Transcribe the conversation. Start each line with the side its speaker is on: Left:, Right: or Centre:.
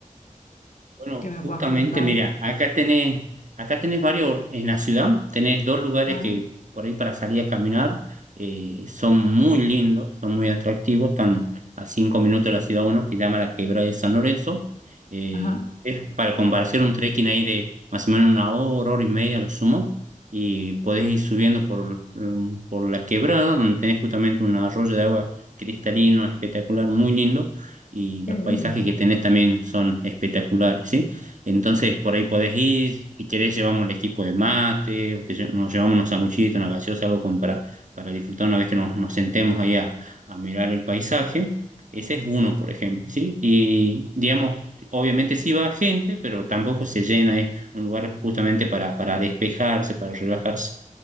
Right: Bueno,
Left: que me
Right: justamente,
Left: puedas contar.
Right: mira, acá tenés, acá tenés varios, en la ciudad tenés dos lugares
Left: Ajá,
Right: que por ahí para salir a caminar eh, son muy lindos, son muy atractivos, están a cinco minutos de la ciudad uno, que se llama la Quebrada de San Lorenzo. Eh,
Left: ajá,
Right: es para compartir un trekking ahí de más o menos una hora, hora y media, a lo sumo, y podés ir subiendo por, mm, por la quebrada, donde tenés justamente un arroyo de agua cristalino, espectacular, muy lindo y
Left: qué
Right: los
Left: lindo,
Right: paisajes que tenés también son espectaculares, ¿sí? Entonces por ahí podés ir, si querés llevamos el equipo de mate, o te lle- nos llevamos unos sanguchitos, una gaseosa, algo como para, para disfrutar una vez que nos, nos sentemos ahí a, a mirar el paisaje. Ese es uno, por ejemplo, ¿sí? Y digamos, obviamente sí va gente, pero tampoco se llena, es un lugar justamente para, para despejarse, para relajarse.